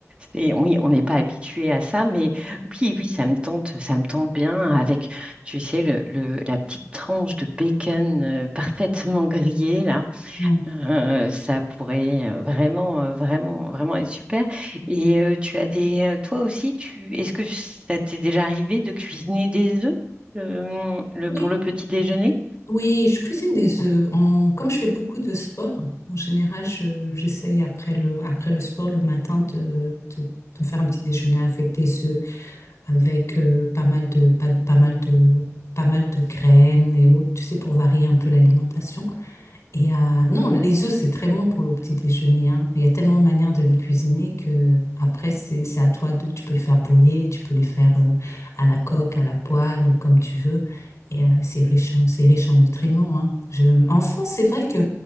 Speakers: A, on the right; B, on the left.
A: c'est, oui, on n'est pas habitué à ça, mais oui, oui, ça me tente, ça me tente bien avec, tu sais, le, le- la petite tranche de bacon euh, parfaitement grillée, là.
B: Mhm. Mm.
A: Euh, ça pourrait euh, vraiment, euh, vraiment, vraiment être super. Et euh, tu as des, euh, toi aussi, tu, est-ce que ça t'est déjà arrivé de cuisiner des œufs euh, le,
B: Oui,
A: pour le petit déjeuner?
B: oui, je cuisine des œufs. En- comme je fais beaucoup de sport, en général, je- j'essaye après le, après le sport le matin de, de, de me faire un petit déjeuner avec des œufs. avec euh, pas mal de, pas, pas mal de, pas mal de graines et autres, tu sais, pour varier un peu l'alimentation. Et euh, non, les œufs, c'est très bon pour le petit déjeuner, hein. Il y a tellement de manières de les cuisiner que après, c'est, c'est à toi de, tu peux les faire bouillir, tu peux les faire euh, à la coque, à la poêle, comme tu veux. Et euh, c'est riche en, c'est riche en nutriments, hein. Je, en France, c'est vrai que